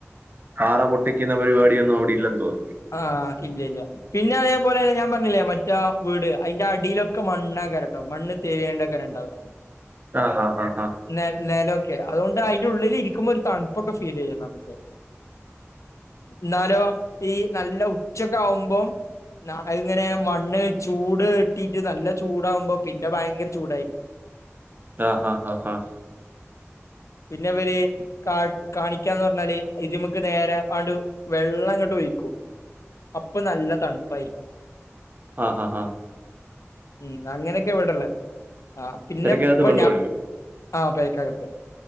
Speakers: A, on the right (about 40°); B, on the left (about 85°).
A: പാറ പൊട്ടിക്കുന്ന പരിപാടിയൊന്നും അവിടെയില്ലെന്ന് തോന്നുന്നു.
B: ആഹ് ഇല്ല ഇല്ല പിന്നെ അതേപലെന്നെ ഞാൻ പറഞ്ഞില്ലേ മ മറ്റ വീട് അയിന്റെ അടിയിലൊക്കെ മണ്ണാകാരം കേട്ടോ മണ്ണ് തേവിയേണ്ടകാരം ഇണ്ടാവ.
A: ആഹ്‌ ഹാ ഹ ആാ.
B: നെ നെലൊക്കെ അതുകൊണ്ട് അതിന്റെ ഉള്ളിൽ ഇരിക്കുമ്പോ ഒരു തണുപ്പൊക്കെ ഫീൽ ചെയ്യാം നമുക്ക്. എന്നാലോ ഈ നല്ല ഉച്ചക്കെ ആവുമ്പോം. ന ഇങ്ങനെ മണ്ണ് ചൂട് ഇട്ടിട്ട് നല്ല ചൂടാവുമ്പോ പിന്നെ ഭയങ്കര ചൂടായിരിക്കും.
A: ആഹ്‌ ഹാ ഹാ ഹാ.
B: പിന്നെവര് കാ കാണിക്കാന്ന് പറഞ്ഞാല് ഇതിമക്ക് നേരെ അണ്ട് വെള്ളം അങ്ങോട്ട് ഒഴിക്കും. അപ്പൊ നല്ല തണുപ്പായിരിക്കും.
A: ആഹ്‌ ഹാ ആഹ്‌.
B: ഉം അങ്ങനെയൊക്കെ ഇ വിടല്ലേ ആ പിന്നെപ്പ
A: തിരക്കകത്ത് വെള്ളം
B: ഞാൻ
A: ഒഴിക്കും
B: ആ പക്ക് ആകത്ത്.